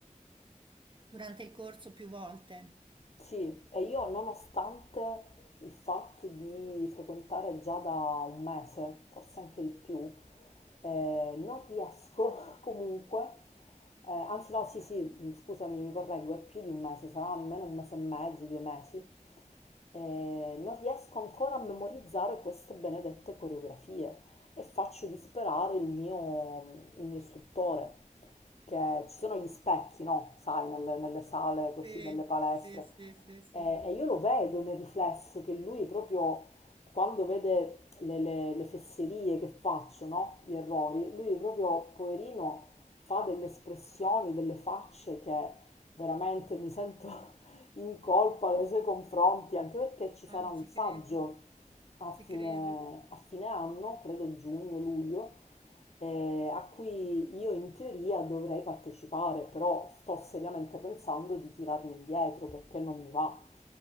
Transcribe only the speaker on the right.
durante il corso più volte.
Sì,
sì, sì, sì, sì.
Ah,
ci
credo,
ci
credo.